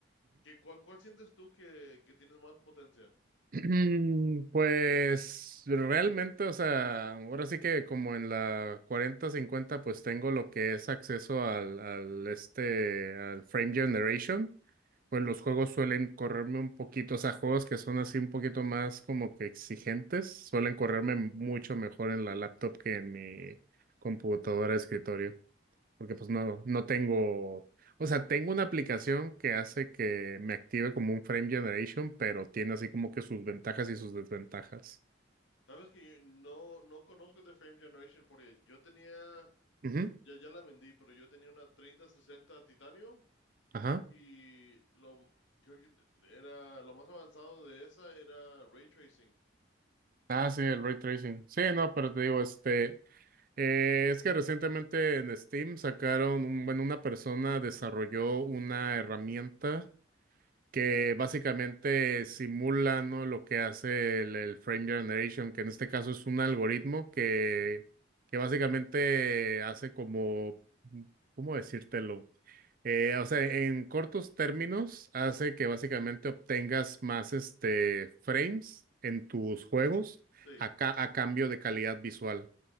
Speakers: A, on the left (about 75°); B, on the right (about 45°).
A: qué, cuál, cuál sientes tú que, que tienes más potencia?
B: Mm, Pues realmente, o sea, ahora sí que como en la cuarenta, cincuenta, pues tengo lo que es acceso al, al este, al Frame Generation. Pues los juegos suelen correrme un poquito, o sea, juegos que son así un poquito más como que exigentes, suelen correrme mucho mejor en la laptop que en mi computadora de escritorio porque pues no, no tengo, o sea, tengo una aplicación que hace que me active como un frame generation, pero tiene así como que sus ventajas y sus desventajas.
A: Sabes que yo no, no conozco de Frame Generation porque yo tenía,
B: Ujú,
A: ya, ya la vendí, pero yo tenía una treinta sesenta Titanium
B: Ajá.
A: Y lo, creo que era lo más avanzado de esa era ray tracing.
B: Ah, sí, el ray tracing. Sí, no, pero te digo, este, eh, es que recientemente en Steam sacaron, un- bueno, una persona desarrolló una herramienta. que básicamente simula, ¿no? lo que hace el, el Frame Generation, que en este caso es un algoritmo que, que básicamente hace como, ¿cómo decírtelo? Eh, o sea, en cortos términos, hace que básicamente obtengas más este, frames en tus juegos
A: Sí,
B: a, ca- a cambio de calidad visual.